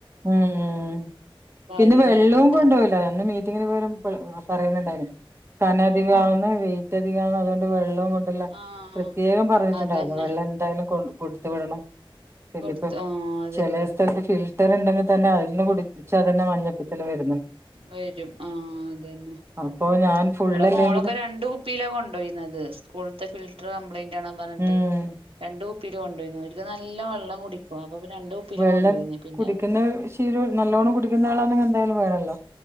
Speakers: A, on the right; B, on the right.
A: ഉം ഉ പിന്നെ
B: ആരും
A: വെള്ളവും
B: ഇല്ലാത്തോണ്ട്
A: കൊണ്ടുപോയില്ല ഒന്ന് മീറ്റിങ്ങിന് പോലും പറയുന്നുണ്ടായിന് കനധികമാവുന്ന
B: ആഹ്
A: വെയിറ്റ്ധികമാവ അതുകൊണ്ട് വെള്ളം
B: ആഹ്
A: പ്രത്യേകം പറഞ്ഞിട്ടുണ്ടായിരുന്നു
B: അതന്നെ
A: വെള്ളം എന്തായാലും കൊ കൊടുത്ത വിടണം പിന്ന
B: കൊടുത്തു
A: ഇപ്പ
B: ആഹ് അതന്നെ
A: ചില സ്ഥലത്ത് ഫിൽട്ടർ ഉണ്ടെങ്കിൽ തന്നെ അതിൽന്ന് കുടിച്ചാൽ തന്നെ മഞ്ഞപ്പിത്തൽ വര
B: വരും ആഹ അതന്നെ
A: അപ്പൊ
B: ഉ
A: ഞാൻ ഫുള്ളല്ലെങ്കിലും
B: ഇവിടെ മോളൊക്കെ രണ്ട കുപ്പിയിലാ കൊണ്ടോയിന്നുന്നത് സ്കൂളത്തെ ഫിൽട്ടർ കപ്ലൈൻറ് പറഞ്ഞിട്ട്
A: ഉം
B: രണ്ട കുപ്പിൽ കൊണ്ടപോന്ന അവക്ക് നല്ല വെള്ളം കുടിക്കും അപ്പൊ രണ്ട് കുപ്പിയിലാ
A: വെള്ളം
B: കൊണ്ടോയിന്ന് പിന്നെ
A: കുടിക്കുന്നത് ശരി നല്ലോണ്ണം കുടിക്കുന്ന വളാ എന്തായാലും വേണല്ലോ